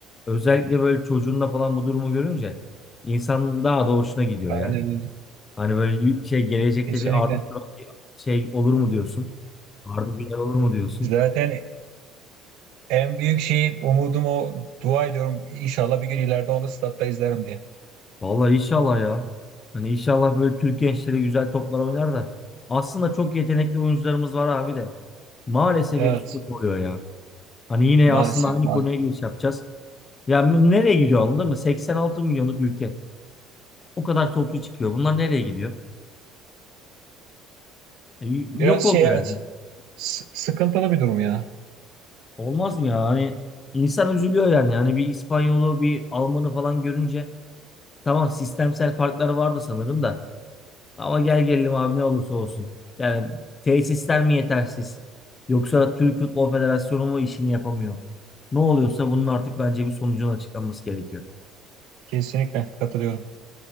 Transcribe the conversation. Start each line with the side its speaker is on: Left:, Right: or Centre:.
Left: özellikle böyle çocuğunla falan bu durumu görünce insan daha da hoşuna gidiyor
Right: Aynen
Left: ya.
Right: öyle.
Left: Hani böyle y- şey gelecekte
Right: Kesinlikle.
Left: bir Arda Turan bir şey olur mu diyorsun? Arda Güler olur mu diyorsun?
Right: <laughs> Zaten En büyük şeyi umudum o. Dua ediyorum. İnşallah bir gün ileride onu statta izlerim diye.
Left: Vallahi inşallah ya. Hani inşallah böyle Türk gençleri güzel toplar oynar da. Aslında çok yetenekli oyuncularımız var abi de. Maalesef
Right: Evet.
Left: hepsi çok oluyor ya. Hani yine
Right: Maalesef,
Left: aslında aynı
Right: maalesef.
Left: konuya giriş yapacağız. Yani nereye gidiyor anladın mı? 86 milyonluk ülke. O kadar toplu çıkıyor. Bunlar nereye gidiyor? E, yok
Right: Biraz şey
Left: oluyor
Right: evet.
Left: yani.
Right: S- sıkıntılı bir durum ya.
Left: Olmaz mı ya? Hani insan üzülüyor yani. Hani bir İspanyolu, bir Almanı falan görünce tamam sistemsel farklar vardı sanırım da. Ama gel gelelim abi ne olursa olsun. Yani tesisler mi yetersiz? Yoksa Türk Futbol Federasyonu mu işini yapamıyor? Ne oluyorsa bunun artık bence bir sonucun açıklanması gerekiyor.
Right: Kesinlikle katılıyorum.